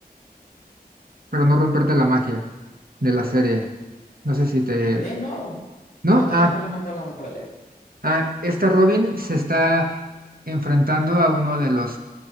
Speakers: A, on the right; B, on the left.
A: pero no romperte la magia de la serie. No sé si te...
B: Eh, no,
A: ¿No?
B: no tengo
A: Ah,
B: problema con los spoilers.
A: ah, esta Robin se está enfrentando a uno de los